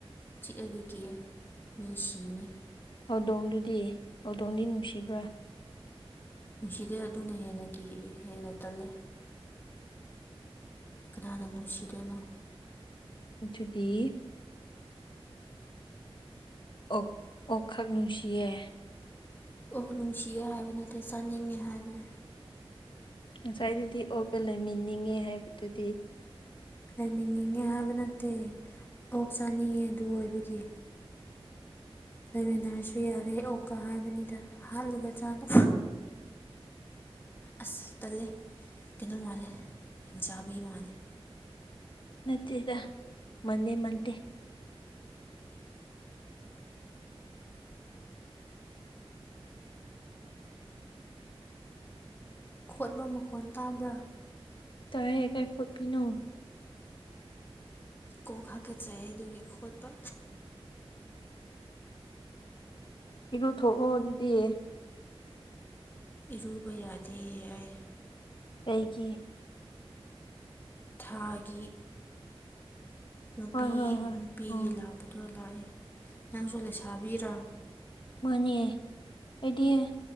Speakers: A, on the left; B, on the left.
A: ꯆꯤꯛꯑꯗꯤ ꯀꯤꯛꯑꯦ ꯃꯤꯁꯤꯅꯦ
B: ꯍꯧꯗꯣꯡꯗꯨꯗꯤ ꯍꯧꯗꯣꯡꯗꯤ ꯅꯨꯡꯁꯤꯕ꯭ꯔꯥ
A: ꯅꯨꯡꯁꯤꯗꯦ ꯑꯗꯨꯅ ꯍꯦꯟꯅ ꯀꯤ ꯍꯦꯟꯅ ꯇꯜꯂꯦ ꯀꯅꯥꯅ ꯅꯨꯡꯁꯤꯗꯣꯏꯅꯣ
B: ꯑꯗꯨꯗꯤ ꯑꯣ ꯑꯣꯛꯈꯛ ꯅꯨꯡꯁꯤꯌꯦ
A: ꯑꯣ ꯅꯨꯡꯁꯤꯌꯦ ꯍꯥꯏꯕꯅꯦ
B: ꯉꯁꯥꯏꯗꯨꯗꯤ ꯑꯣꯒ ꯂꯩꯃꯤꯅꯤꯡꯉꯦ ꯍꯥꯏꯕꯗꯨꯗꯤ
A: ꯂꯩꯃꯤꯅꯤꯡꯉꯦ ꯍꯥꯏꯕ ꯅꯠꯇꯦ ꯑꯣꯛ ꯆꯥꯅꯤꯡꯉꯦ ꯑꯗꯨ ꯑꯣꯏꯕꯒꯤ ꯂꯩꯃꯤꯟꯅꯔꯁꯨ ꯌꯥꯔꯦ ꯑꯣ ꯀ ꯍꯥꯏꯕꯅꯤꯗ ꯍꯥꯠꯂꯒ ꯆꯥꯅꯕ ꯑꯁ ꯇꯜꯂꯦ ꯀꯩꯅꯣ ꯃꯥꯜꯂꯦ ꯍꯤꯡꯖꯥꯕꯤ ꯃꯥꯜꯂꯦ
B: ꯅꯠꯇꯦꯗ ꯃꯗꯦ ꯃꯟꯗꯦ
A: ꯈꯣꯠꯄ ꯃꯈꯣꯟ ꯇꯥꯕ꯭ꯔꯥ
B: ꯇꯑꯦ ꯀꯥꯏ ꯈꯣꯏꯠꯕꯤꯅꯣ
A: ꯀꯣꯛ ꯍꯥꯀꯠꯆꯩ ꯑꯗꯨꯒꯒꯤ ꯈꯣꯠꯄ
B: ꯏꯔꯨꯊꯣꯛꯑꯣ ꯑꯗꯨꯗꯤ
A: ꯏꯔꯨꯕ ꯌꯥꯗꯦ ꯍꯥꯏ
B: ꯑꯩꯩꯒꯤ
A: ꯊꯥꯒꯤ ꯅꯨꯄꯤ
B: ꯍꯣꯏ ꯍꯣꯏ ꯍꯣꯏ
A: ꯅꯨꯄꯤꯒꯤ
B: ꯎꯝ
A: ꯂꯥꯛꯄꯗꯣ ꯂꯥꯛꯏ ꯅꯪꯁꯨ ꯂꯩꯁꯥꯕꯤꯔꯥ
B: ꯃꯥꯅꯤꯌꯦ ꯍꯥꯏꯗꯤ